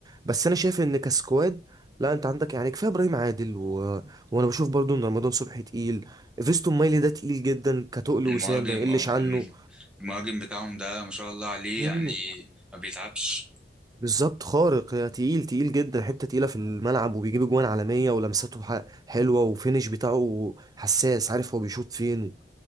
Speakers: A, on the right (about 20°); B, in the centre.
A: بس انا شايف ان كسكواد لا انت عندك يعني كفايه ابراهيم عادل و... وانا بشوف برضو ان رمضان صبحي تقيل فيستون مايلي ده تقيل جدا كتقل
B: المهاجم
A: وسام ما يقلش
B: اه
A: عنه
B: الم- المهاجم بتاعهم ده ما شاء الله عليه
A: مم.
B: يعني ما بيتعبش
A: بالظبط خارق يا تقيل تقيل جدا حتة تقيلة في الملعب وبيجيب اجوان عالمية ولمساته ح- حلوة وفينش بتاعه حساس عارف هو بيشوط فين